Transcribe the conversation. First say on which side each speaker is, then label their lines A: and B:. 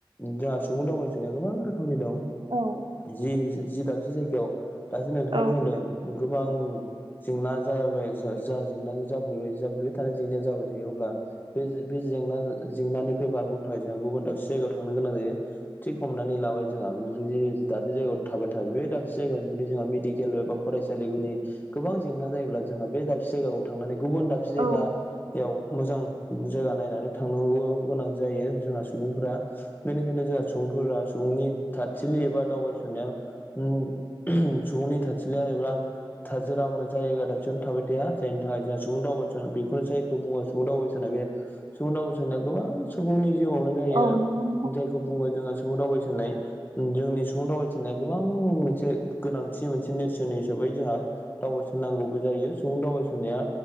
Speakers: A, on the left (about 20°); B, on the right (about 65°).
A: जोंहा सुबुं दावबायस'नाया गोबां रो खमनि दं
B: औ
A: जि जि दाबसे जायगायाव दासो नोंथाङा
B: औ
A: बुंदों गोबां जेंना जायाब जा जेंना जाफ्लबाय जाफबाय थानाय जेंनाया जाबाय थायो अब्ला बे जेंना जेंनानिफ्राय बारग'नो थाखाय जोंहा गुबुन दाबसे जायगायाव थांनो गोनां जायो थिख हमनानै लाबाय जोंहाबो जुदि दाबसे जायगायाव थाबाय थाबाय बे दाबसे जायगायाव जुदि जों मेडिकेल एबा फरायसालिनि गोबां जेंना जायोब्ला जोंहा बे दाबसे जायगाखौ थांनानै गुबुन दाबसे
B: औ
A: जायगा आव मोजां जायगा नायनानै थांनांगौ गोनां जायो जोंहा सुबुंफोरा बेनिखायनो जों सुबुंफोरा सुबुंनि थाथिलि एबा दावबायसनाया अ अहम सुबुंनि थाथिलिया <unintelligible> थाजोरा जायगा दाबसे थाबाय थाया जायनि थाखाय जोंहा सुबुं दावबाय <unintelligible> जायखौ बुङो सुबुं दावबायैसनाय बे सुबुं दावैसनाया गोबां सुबुंनि जिउआवनो जायो
B: औ नंगौ नोंथां
A: जायखौ बुङो जों सुबुं दावबायसननाय जोंनि सुबुं दावबायनाया गोबां मोनसे गोनांथि मोनसे नेरसोन हिसाबै जोंहा दावबा सनननांगौबो जायो सुबुं दावबायसननाया